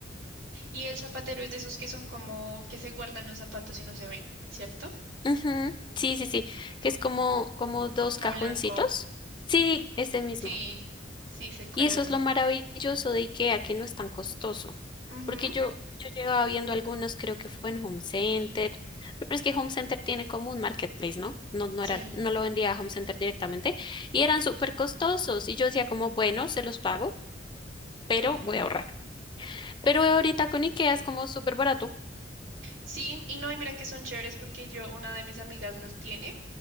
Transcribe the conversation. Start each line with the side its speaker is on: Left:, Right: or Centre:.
Right: Y el zapatero es de esos que son como que se guardan los zapatos y no se ven, ¿cierto?
Left: Ujú, Sí, sí, sí, que es como, como dos
Right: como
Left: cajoncitos.
Right: blanco.
Left: Sí, ese mismo.
Right: Sí, sí, sé cuál
Left: Y eso
Right: habla.
Left: es lo maravilloso de IKEA, que no es tan costoso.
Right: Ujú.
Left: Porque yo, yo llevaba viendo algunos, creo que fue en Home Center, pero es que Home Center tiene como un marketplace, ¿no? No, no
Right: Sí,
Left: era, no lo vendía a Home Center directamente y eran súper costosos. Y yo decía como, bueno, se los pago, pero
Right: pero
Left: voy
Right: ajá.
Left: a ahorrar. Pero ahorita con IKEA es como súper barato.
Right: Sí, y no, y mira que son chéveres porque yo, una de mis amigas los tiene,